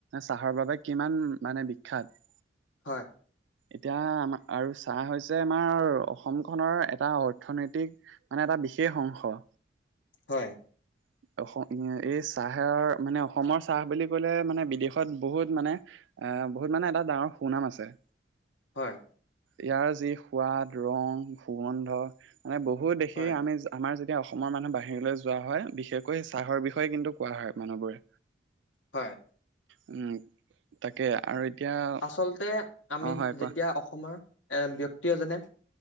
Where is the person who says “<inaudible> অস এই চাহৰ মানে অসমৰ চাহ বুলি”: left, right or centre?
Right